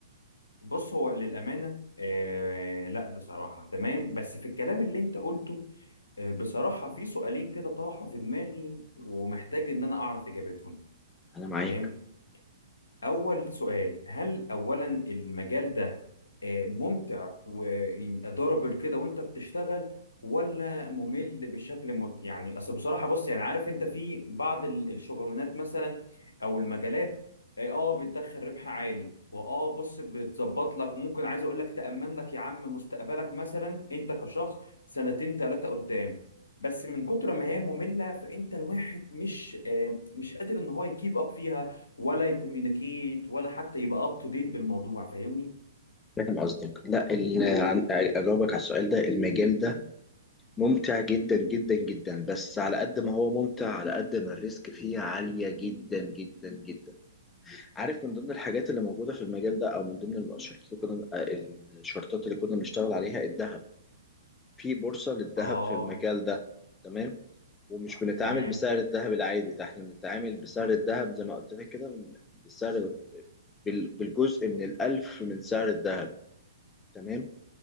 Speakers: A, on the left; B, on the left.
A: بص هو للأمانة آه لا بصراحة تمام بس في الكلام اللي أنت قلته آه بصراحة في سؤالين كده طرحوا في دماغي ومحتاج إن أنا أعرف إجابتهم
B: انا معاك
A: تمام أول سؤال هل أولا المجال ده آه، ممتع وضربل كده وأنت بتشتغل ولا ممل بشكل مت... يعني أصل بصراحة بص يعني عارف أنت في بعض ال- الشغلانات مثلا أو المجالات آه آه، بتدخل ربح عالي وآه بص بتظبط لك وممكن عايز أقول لك تأمن لك يا عم مستقبلك مثلا أنت كشخص سنتين ثلاثة قدام بس من كتر ما هي مملة فأنت الواحد مش آه، مش قادر إن هو يكيب أب فيها ولا يكوميونيكيت ولا حتى يبقى اب تو ديت بالموضوع فاهمني
B: فاهم قصدك لا ال... عن- اجاوبك على السؤال ده المجال ده ممتع جدا جدا جدا بس على قد ما هو ممتع على قد ما الريسك فيه عاليه جدا جدا جدا عارف من ضمن الحاجات اللي موجوده في المجال ده او من ضمن الشرطات اللي كنا الشرطات اللي كنا بنشتغل عليها الذهب في بورصة للذهب
A: اه
B: في المجال ده تمام ومش بنتعامل
A: تمام
B: بسعر الذهب العادي ده احنا بنتعامل بسعر الذهب زي ما قلت لك كده بسعر بال- بالجزء من الألف من سعر الذهب تمام